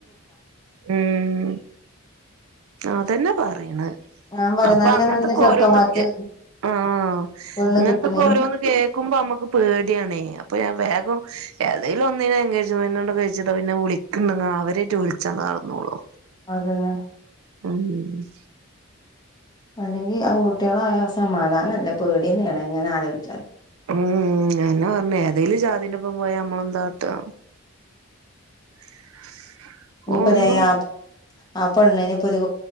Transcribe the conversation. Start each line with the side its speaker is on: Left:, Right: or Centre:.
Right: ഉം ആതന്നെ പറയ്ണ്
Left: ഞാൻ പറയാ
Right: അപ്പൊ
Left: നല്ല
Right: അങ്ങനത്തൊക്കെ
Left: നല്ല ചെറുക്കന്മാർക്ക്
Right: ഓരോന്നക്കെ ആഹ്
Left: പെണ്ണ്
Right: ഇങ്ങനത്തെപ്പോ
Left: കിട്ടണില്ല
Right: ഓരോന്ന് കേൾക്കുമ്പോ നമ്മുക്ക് പേടി യാണെ അപ്പൊ ഞാൻ വേഗം ഏതെലും ഒന്നിനെ എൻങ്കേജ്മെന്റ് ആണ്ട് കഴിച്ചിട്ട പിന്നെ വിളി ക്ക്ണ്ടെങ്കിൽ അവരെറ്റ് വിളിച്ചാണ്ട്‌ നടന്നോളും
Left: അതന്നെ
Right: ആഹ്
Left: അല്ലെങ്കിൽ പെൺകുട്ടികളായ സമാധാനംല്ല പേടിയന്നെആണ് എങ്ങനെ ആലോചിച്ചാലും
Right: ഉം ഞാനെതന്നെ പറഞ്ഞെ ഏതേലും! !!!!!!!!! പോയാ നമ്മളെന്താകാട്ടാ <inaudible>
Left: ഞ്ഞ് പ്പ
Right: ഒന്നും
Left: തെ ആഹ് ആ പെണ്ണ്ന്പ്പൊരു